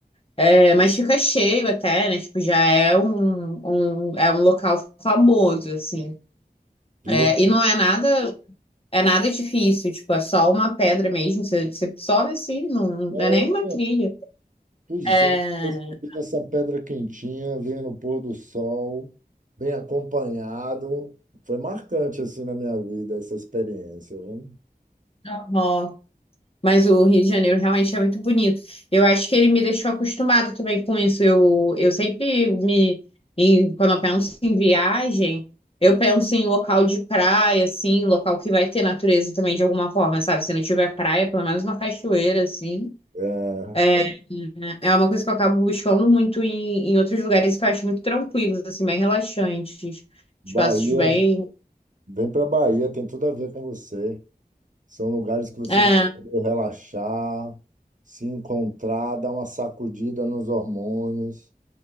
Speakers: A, on the left; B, on the right.
A: É, mas fica cheio até, né? Tipo, já é um, um, é um local famoso, assim.
B: Virou.
A: É, e não é nada. É nada difícil, tipo, é só uma pedra mesmo. Você, você sobe assim, não, não
B: É,
A: é nem uma trilha.
B: pois
A: É...
B: é, eu fiquei nessa pedra quentinha, vendo o pôr do sol, bem acompanhado. Foi marcante, assim, na minha vida, essa experiência, viu?
A: normal. Mas o Rio de Janeiro realmente é muito bonito. Eu acho que ele me deixou acostumado também com isso. Eu, eu sempre me. em- quando eu penso em viagem, eu penso em local de praia, assim, local que vai ter natureza também de alguma forma, sabe? Se não tiver praia, pelo menos uma cachoeira, assim.
B: É,
A: É, é uma coisa que eu acabo buscando muito em, em outros lugares que eu acho muito tranquilos, assim, bem relaxantes.
B: Bahia,
A: Espaços bem.
B: vem para Bahia, tem tudo a ver com você. São lugares que você
A: É.
B: vai poder relaxar, se encontrar, dar uma sacudida nos hormônios.